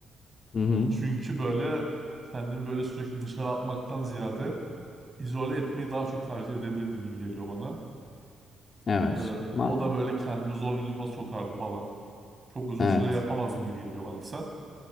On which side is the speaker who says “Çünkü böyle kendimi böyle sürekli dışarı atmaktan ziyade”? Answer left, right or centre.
Right